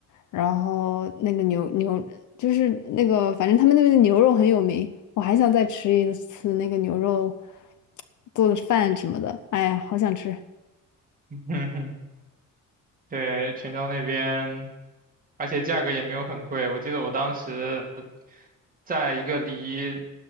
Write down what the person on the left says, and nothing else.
然后那个牛牛就是那个，反正他们那边的牛肉很有名，我还想再吃一次那个牛肉做的饭什么的，哎呀，好想吃，